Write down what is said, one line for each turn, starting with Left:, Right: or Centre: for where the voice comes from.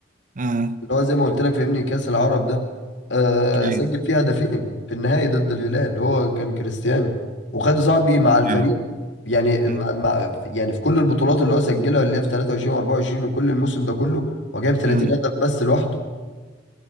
Right: امم
Left: اللي هو زي ما قلت لك فاهمني كأس العرب ده آه
Right: ايوه
Left: سجل فيه هدفين في النهائي ضد الهلال هو كان كريستيانو وخد صاحبي مع الفريق
Right: أيوة.
Left: يعني مع
Right: أمم،
Left: مع يعني في كل البطولات اللي هو سجلها اللي هي في 23 و24 وكل الموسم ده كله هو جايب 30
Right: أمم.
Left: هدف بس لوحده